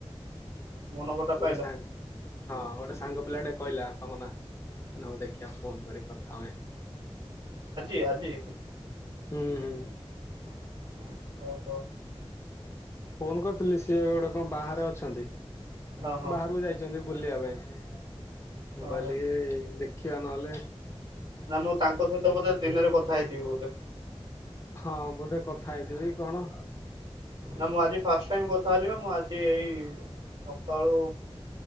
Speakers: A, on the right (about 60°); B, on the left (about 25°).
A: ମୋ ନମ୍ବରଟା ପାଇଲ
B: ଗୋଟେ ସାଙ୍ଗ୍ ହଁ ଗୋଟେ ସା ତାଙ୍ଗ ପିଲାଟେ କଇଲା ତମ ନା ହଉ ଦେଖିବା ଫୋନ୍ କରି କଥା ହୁଏ।
A: କି ଆଜି
B: ହୁଁ ହୁଁ
A: <inaudible> ଅ ହ
B: ଫୋନ୍ କରଥିଲି ସିଏ ଏବେ ଗୋଟେ କଣ ବାହାରେ ଅଛନ୍ତି
A: ଓହୋ
B: ବାହାରକୁ ଯାଇଛନ୍ତି ବୁଲିବା ପାଇଁ <inaudible> ମୁଁ
A: ଓହୋ
B: କଇଲି ଦେଖିବା ନଏଲେ
A: ନା ମୁଁ ତାଙ୍କ ସହିତ ବୋଧେ ଦିନରେ କଥା ହେଇଥିବି ବୋଧେ।
B: ହାଁ ବୋଧେ କଥା ହେଇଥିବି କି କଣ।
A: ନା ମୁଁ ଆଜି ଫାଷ୍ଟ ଟାଇମ୍ କଥା ହେଲି ବା ମୁଁ ଆଜି ଏଇ ସକାଳୁ